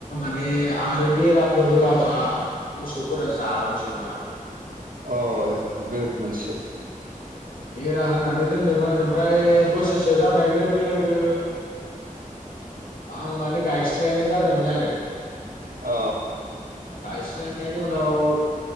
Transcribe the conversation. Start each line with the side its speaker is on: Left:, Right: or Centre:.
Left: <unintelligible> बे आरो बेराफोर होआबा मोसौफोरा जालांजोबो ना।
Right: अ बेब मोनसे।
Left: बेरा होनानै दोनदोमोन ओमफ्राय बोसोरसे जानाय लोगो लोगो आं माने गायस्लायनाय जादोमोन आरो
Right: अ।
Left: गायस्लायनायनि उनाव